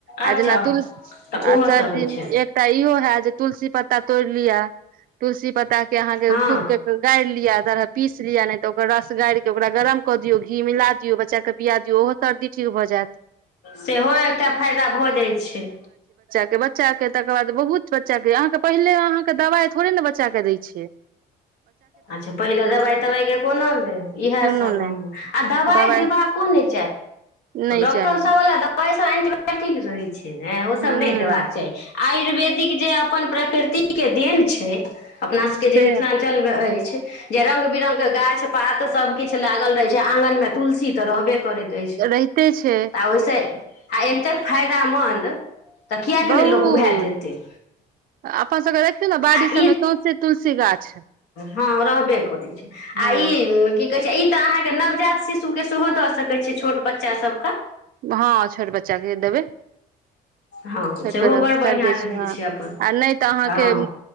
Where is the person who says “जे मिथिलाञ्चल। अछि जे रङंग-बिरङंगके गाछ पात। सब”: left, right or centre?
Left